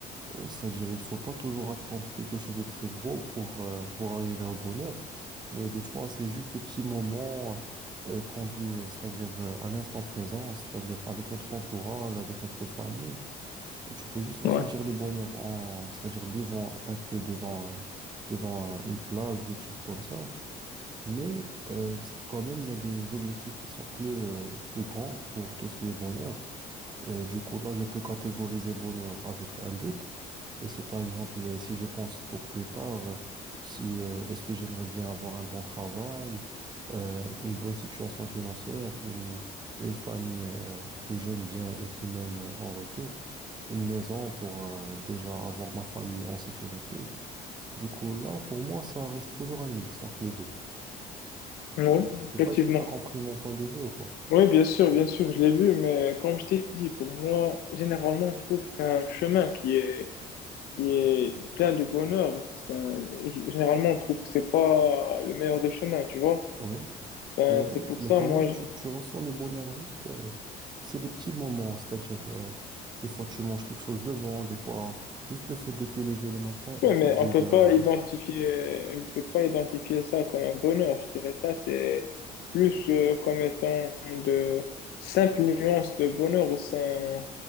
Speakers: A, on the right; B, on the left.
A: euh, C'est-à-dire, il faut pas toujours attendre quelque chose de très gros pour, euh, pour arriver au bonheur, mais des fois, c'est juste des petits moments euh, euh, qu'on vit, euh, c'est-à-dire euh, à l'instant présent, c'est-à-dire avec notre entourage, avec notre famille. Tu peux juste ressentir
B: Ouais.
A: le bonheur en, c'est-à-dire buvant un thé devant, un- devant un- une plage ou quelque chose comme ça. Mais euh, quand même, il y a des objectifs qui sont plus, euh, plus grands pour tout ce qui est bonheur. Et du coup, là, je peux catégoriser bonheur avec un but. Et c'est par exemple, euh, si je pense pour plus tard, euh, si euh, est-ce que j'aimerais bien avoir un bon travail, euh, une bonne situation financière, une, une famille euh, que j'aime bien et qui m'aime euh, en retour, une maison pour euh, déjà avoir ma famille en sécurité. Du coup, là, pour moi, ça reste toujours un mix entre les deux.
B: Oui,
A: Et je sais
B: effectivement.
A: pas, est-ce que tu as compris mon point de vue ou pas?
B: Oui, bien sûr, bien sûr, je l'ai vu, mais comme je t'ai dit, pour moi, généralement, on trouve qu'un chemin qui est, qui est plein de bonheur, c'est un- g- généralement, on trouve que c'est pas le meilleur des chemins, tu vois.
A: Oui.
B: Ben,
A: Mais,
B: c'est pour
A: mais
B: ça,
A: quand
B: moi,
A: même,
B: je...
A: tu, tu ressens le bonheur juste. euh, c'est des petits moments, c'est-à-dire, euh, des fois, tu manges quelque chose de bon, des fois, juste le fait de te lever le matin et
B: ouais,
A: tu
B: mais
A: dis,
B: on peut
A: bah,
B: pas identifier, on peut pas identifier ça comme un bonheur. Je dirais ça, c'est plus euh, comme étant de simples nuances de bonheur au sein